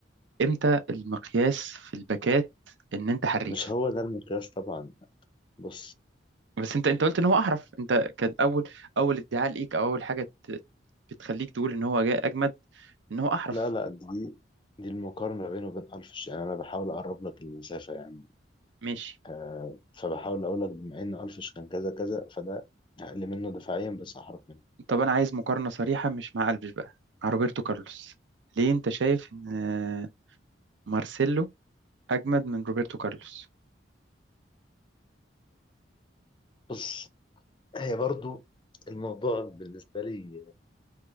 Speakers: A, on the right; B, on the left.
A: امتى المقياس في الباكات ان انت حريف
B: مش هو ده المقياس طبعا بس
A: بس انت انت قلت ان هو احرف انت كان اول اول ادعاء ليك او اول حاجه ت- بتخليك تقول ان هو جاي اجمد ان هو احرف
B: لا لا دي دي المقارنه بينه وبين الفش يعني انا بحاول اقرب لك المسافه يعني
A: ماشي
B: آه فبحاول اقول لك بما ان الفش كان كذا كذا فده اقل منه دفاعيا بس احرف منه
A: طب انا عايز مقارنه صريحه مش مع قلبش بقى مع روبرتو كارلوس ليه انت شايف ان مارسيلو اجمد من روبرتو كارلوس
B: بص هي برضو الموضوع بالنسبه لي